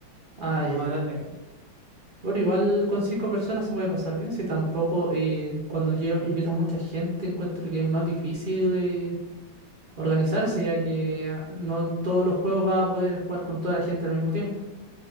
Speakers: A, on the right; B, on the right.
A: Ah,
B: pero no
A: ya,
B: más
A: ya.
B: grande que...
A: Bueno, igual con cinco personas se puede pasar bien, si tampoco eh, cuando lle- invitas mucha gente encuentro que es más difícil eh, organizarse, ya que ah, no todos los juegos vas a poder jugar con toda la gente al mismo tiempo,